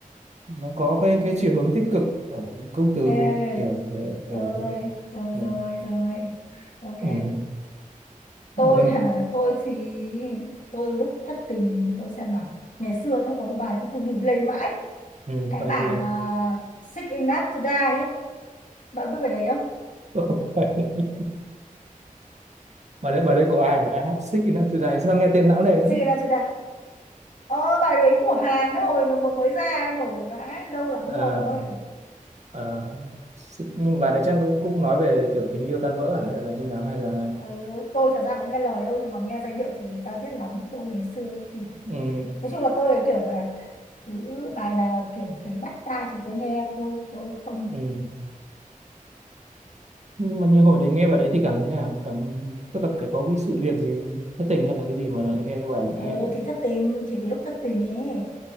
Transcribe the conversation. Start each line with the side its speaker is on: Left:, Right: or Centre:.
Right: nó có cái cái chiều hướng tích cực ở những câu từ
Left: Ê,
Right: kiểu như thế ở
Left: rồi rồi
Right: ừ,
Left: rồi rồi ok
Right: ừ,
Left: tôi
Right: bài tân-
Left: hả tôi thì tôi lúc thất tình tôi xem nào ngày xưa nhá, có một bài tôi cứ bìm lây mãi
Right: ừ,
Left: cái
Right: bài
Left: bài
Right: gì
Left: mà Sick Enough to Die ấy bạn biết bài đấy không
Right: <laughs> bài đấy bài đấy của ai nhỉ I have six enough today sao nghe tên não nề thế
Left: Suy ra suy ra. Ờ bài đấy của Hàn ấy, hồi nó mới ra ấy, nổi vãi lâu lắm
Right: Ờ.
Left: rồi.
Right: Ờ, s- nhưng mà đấy Trang cũng cũng nói về kiểu tình yêu tan vỡ à? hay là như nào hay là
Left: Ừ, tôi thật ra cũng nghe lời đâu nhưng mà nghe giai điệu thì ra diết lắm. Tôi ngày xưa kiểu
Right: ừ,
Left: nói chung là tôi kiểu là cứ bài nào kiểu thấy bắt tai thì tôi nghe thôi, tôi không
Right: ừ. nhưng mà như hồi đấy nghe bài đấy thì cảm thấy thế nào cảm tức là phải có cái sự việc gì thất tình hay là cái gì mà lại nghe cái bài
Left: ừ
Right: nghe
Left: thì thất tình chỉ cái lúc thất tình ấy